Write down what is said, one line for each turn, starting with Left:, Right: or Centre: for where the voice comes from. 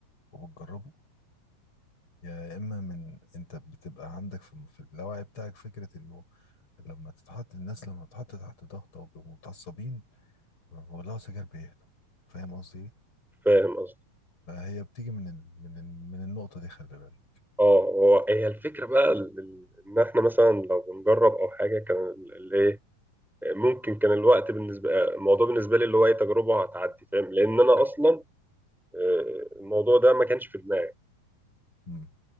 Left: وبتجربه يا اما من انت بتبقى عندك في في اللاوعي بتاعك فكرة انه لما تتحط الناس لما تتحط تحت ضغط او بيبقوا متعصبين ولو سجاير بيهدوا فاهم قصدي ايه
Centre: فاهم قصدي
Left: فهي بتيجي من ال... من ال... من النقطة دي خلي بالك
Centre: اه هو هي الفكره بقى ال- ال- ان احنا مثلا لو بنجرب او حاجه كان ال- الايه ممكن كان الوقت بالنسبه الموضوع بالنسبه لي اللي هو اي تجربه هتعدي فاهم لان انا اصلا آه، الموضوع ده ما كانش في دماغي
Left: مم.